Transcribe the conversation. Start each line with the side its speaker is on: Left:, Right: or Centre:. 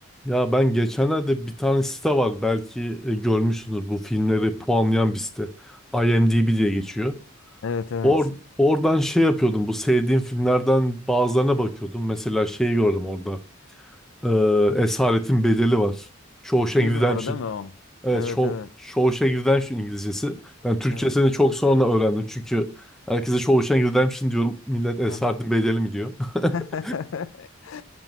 Centre: Ya ben geçenlerde bir tane site var belki e, görmüşsündür bu filmleri puanlayan bir site. IMDb diye geçiyor.
Left: Evet evet.
Centre: Or oradan şey yapıyordum bu sevdiğim filmlerden bazılarına bakıyordum. Mesela şeyi gördüm orada. Ee, Esaretin Bedeli var. Shawshank
Left: Bir
Centre: Redemption.
Left: numara değil mi o?
Centre: Evet
Left: Evet
Centre: Shaw
Left: evet.
Centre: Shawshank Redemption İngilizcesi. Ben Türkçesini
Left: Evet.
Centre: çok sonra öğrendim çünkü herkese Shawshank Redemption diyorum. Millet Esaretin
Left: Aha.
Centre: Bedeli mi diyor.
Left: <laughs>
Centre: <laughs>